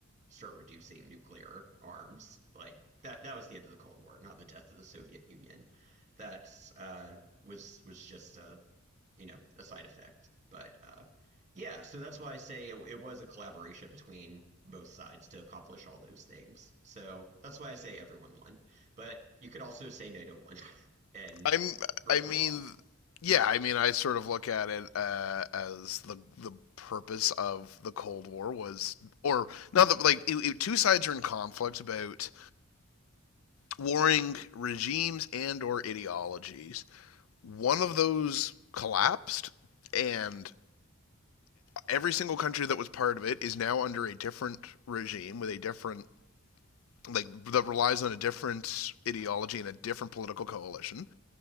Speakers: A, on the right (about 35°); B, on the left (about 70°).
A: start reducing nuclear arms. Like that that was the end of the Cold War, not the death of the Soviet Union. That uh, was was just a you know a side effect. But uh, yeah, so that's why I say it, it was a collaboration between both sides to accomplish all those things. So that's why I say everyone won. But you could also say NATO won <laughs> and
B: I'm.
A: Russia
B: I mean,
A: lost.
B: yeah. I mean, I sort of look at it uh, as the the purpose of the Cold War was, or not that like it, it- two sides are in conflict about warring regimes and or ideologies One of those collapsed, and every single country that was part of it is now under a different regime with a different like that relies on a different ideology and a different political coalition